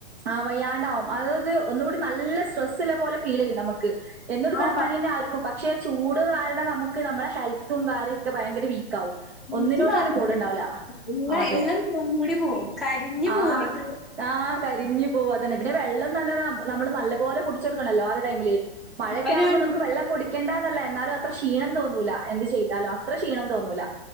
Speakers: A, on the right; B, in the centre.
A: ആഹ് വെയ്യാണ്ടാവും അതായത് ഒന്നുകൂടി നല്ല സ്ട്രെസ്സ്‌ല പോലെ ഫീലെയ്യും നമക്ക് എന്നും ഇട്ക്ക്ണ
B: ആഹ്
A: പണ്യന്നെ ആര്ക്കും പ ക്ഷെ ചൂട് കാരണം നമുക്ക് നമ്മളെ ഹെൽത്തും കാര്യയൊക്കെ ഭയങ്കര വീക്കാവും
B: സത്യം
A: ഒന്നിനോടും
B: മാത്രം
A: ഒരു മൂട്ണ്ടാവൂല
B: എല്ലാ
A: അതെ
B: എല്ലാം നിറം മൂടി പോവും. കരിഞ്ഞു പോവും
A: ആഹ്
B: നമ്മള്
A: ആഹ് കരിഞ്ഞ് പോവും അതെന്നെ പിന്നെ വെള്ളം തന്നെ നമ്മ നമ്മള് നല്ല പോലെ കുടിച്ചോട്ക്കണല്ലോ ആ ഒരു ടൈമില് മഴക്കാവുമ്പോ
B: ഇപ്പ ഞാൻ കണ്ടില്ലേ
A: നമുക്ക് വെളളം കുടി ക്കേണ്ടന്നല്ല എന്നാലും അത്ര ക്ഷീണം തോന്നൂല എന്ത് ചെയ്താലും അത്ര ക്ഷീണം തോന്നൂല